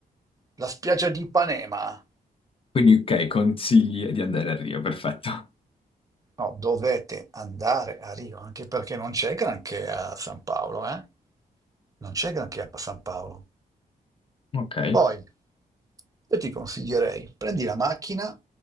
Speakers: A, on the right; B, on the left.
A: la spiaggia di Ipanema.
B: Quindi, ok, consigli di andare a Rio, perfetto.
A: No, dovete andare a Rio, anche perché non c'è granché a San Paolo, eh? Non c'è granché a San Paolo.
B: Ok,
A: Poi io ti consiglierei, prendi la macchina